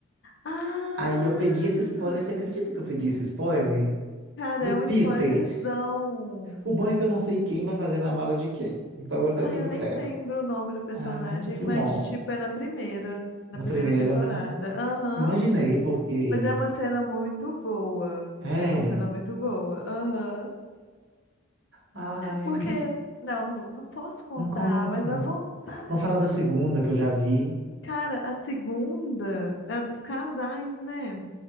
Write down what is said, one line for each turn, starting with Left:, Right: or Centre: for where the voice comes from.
Left: Ah!
Right: Aí eu peguei esse spoiler. Você acredita que eu peguei esse spoiler?
Left: Cara,
Right: Do
Left: é
Right: Peter.
Left: um spoilerzão.
Right: O bom é que eu não sei quem vai fazer na mala de quem. Então tá
Left: Ah,
Right: tudo
Left: eu nem
Right: certo.
Left: lembro o nome do personagem,
Right: Ah, que
Left: mas,
Right: bom.
Left: tipo, é na primeira, na
Right: Na
Left: primeira
Right: primeira,
Left: temporada.
Right: né?
Left: Aham.
Right: Imaginei, porque.
Left: Mas é uma cena muito boa.
Right: É.
Left: É uma cena muito boa. Aham.
Right: Ai,
Left: Porque, não, não, vou- não posso contar,
Right: não conta.
Left: mas à vontade.
Right: Vamos falar da segunda que eu já vi.
Left: Cara, a segunda é a dos casais, né?